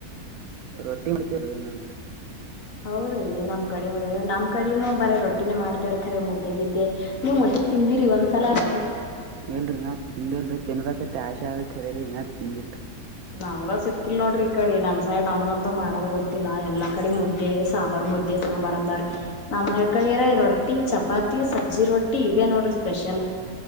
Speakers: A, on the right; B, on the left.
A: ರೊಟ್ಟಿ ಮಾಡ್ತಿವಿ ರಿ ನಮ್ ಕಡಿ
B: ಹೌದ್ರೀ ನಮ್ ಕಡೆ ನಮ್ ಕಡನೂ ಬರ ರೊಟ್ಟಿನೇ ಮಾಡ್ತೇವ್ರಖರ ಮುದ್ದೆಗಿದ್ದೆ. ನೀವ್ ಮದ್ದೆ ತಿಂದಿರಿ ಒಂದ್ಸಲ ಆರು
A: ಇಲ್ರಿ ನಾ ತಿಂದಿಲ್ರಿ ತಿನ್ಬೇಕತ್ತ ಆಶೆ ಆಗ ಕರೆರಿ ಇನ್ ತಿಂದಿಲ್ರಿ
B: ನಮ್ಗ ಸಿಕ್ಕಿಲ್ ನೋಡ್ರಿ ಈ ಕಡೆ ನಮ್ ಸೈಡ್ ನಮಗಂತೂ ಮಾಡದ ಗೊತ್ತಿಲ್ಲಾ ಎಲ್ಲಾ ಕಡೆ ಮುದ್ದೆ ಸಾಂಬಾರ್ ಮುದ್ದೆ ಸಾಂಬಾರ ಆಂತರಿ ನಮ್ಮ್ ಉರ್ ಕಡೆವ್ರ್ ರೊಟ್ಟಿ ಚಪಾತಿ ಸಜ್ಜಿ ರೊಟ್ಟಿ ಇದೆ ನೋಡ್ರಿ ಸ್ಪೆಷಲ್.